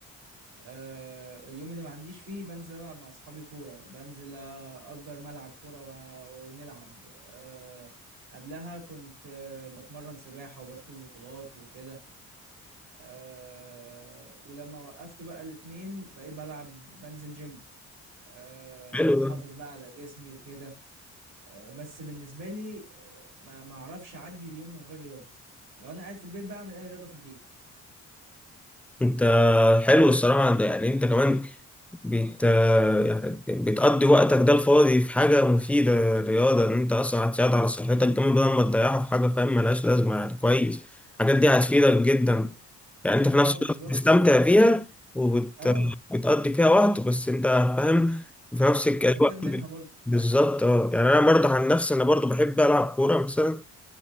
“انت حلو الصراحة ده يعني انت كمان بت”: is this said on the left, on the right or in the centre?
Centre